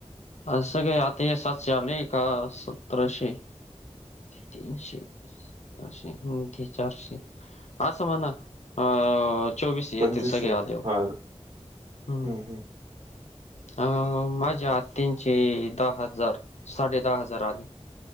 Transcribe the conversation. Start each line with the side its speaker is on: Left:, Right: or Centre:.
Left: अस स काय आता हे सातशे आलेय का सतराशे. तीनशे. चारशेे चारशे असं म्हणा अ. चोवीस ये
Right: पंचवीसशे
Left: ते सगळे आले हो
Right: हा हम्म
Left: हम्.
Right: हम्म
Left: ह मजा आत. तीनशे दहा हजार साडे दहा हजार आले.